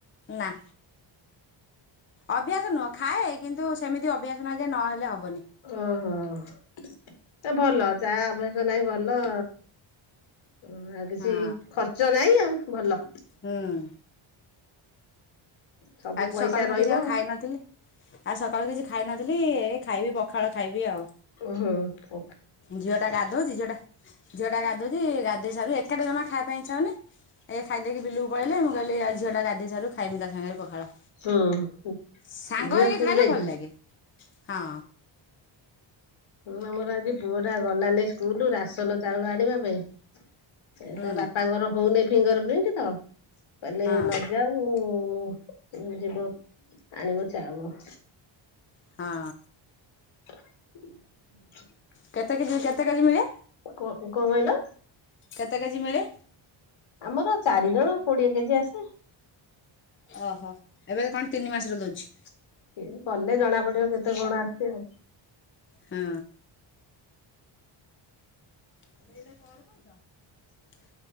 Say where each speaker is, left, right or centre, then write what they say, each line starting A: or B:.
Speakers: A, on the left (about 25°); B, on the left (about 70°).
A: ନା ଅଭ୍ୟାସ ନୁହଁ ଖାଏ। କିନ୍ତୁ ସେମିତି ଅଭ୍ୟାସ ନାହିଁ ଯେ ନହେଲେ ହବ
B: ଓହୋ ତ ଭଲ ଚା ଅଭ୍ୟାସ ନାଇଁ ଭଲ। ଓ ଆଉ କିଛି
A: ହଁ
B: ଖର୍ଚ୍ଚ ନାଇଁ ଆଉ ଭଲ।
A: ହୁଁ।
B: ସବୁ
A: ଆଜି
B: ପଇସା
A: ସକାଳୁ ମୁଁ
B: ରହିବ।
A: କିଛି ଆଉ ଖାଇନଥିଲି। ଆଉ ସକାଳୁ କିଛି ଖାଇନଥିଲି ଖାଇବି ପଖାଳ ଖାଇବି ଆଉ।
B: ଓହୋ।
A: ଝିଅ ଟା ଗାଧଉଛି ଝିଅ ଟା ଝିଅ ଟା ଗାଧୋଉଛି ଗାଧେଇ ସାରୁ ଏକାଟା ଜମା ଖାଇବା ପାଇଁ ଇଚ୍ଛା ହଉନି। ଏଇ ଖାଇଦେଇକି ବିଲକୁ ପଳେଇଲେ। ମୁଁ କହିଲି ଝିଅଟା ଗାଧେଇସାରୁ ଖାଇମି ତା ସାଙ୍ଗରେ ପଖ ଖାଳ
B: ହୁଁ
A: ସାଙ୍ଗ
B: ଝିଅ
A: ହେଇକି
B: ସ୍କୁଲ
A: ଖାଇଲେ
B: ଯାଇଛି।
A: ଭଲ ଲାଗେ ହଁ।
B: ହୁଁ ଆମର ଆଜି ପୁଅ ଟା ଗଲା ନାଇଁ ସ୍କୁଲ ରାସନ ଚାଉଳ ଆଣିବା ପାଇଁ। ଏ
A: ହୁଁ
B: ତା ବାପାଙ୍କର ହଉନି ଫିଙ୍ଗର ପ୍ରିଣ୍ଟ ତ। କହିଲେ
A: ହଁ
B: ନଯାଉ ଯିବ। ଆଣିବ ଚାଉଳ।
A: ହଁ।
B: <inaudible>
A: କେତେ କେଜି କେତେ କେଜି ମିଳେ?
B: କ-କଅଁ କଇଲ?
A: କେତେ କେଜି ମିଳେ?
B: ଆମର ଚାରି ଜଣ କୋଡିଏ କେଜି ଆସେ।
A: ଓହୋ ଏବେ କଣ ତିନି ମାସରେ ଦଉଛି?
B: <unintelligible> ଗଲେ ଜଣା ପଡିବ କେତେ କଣ ଆସଛି ଆଉ।
A: ହଁ ତମେ ଏଇନା କଣ କରୁଚ?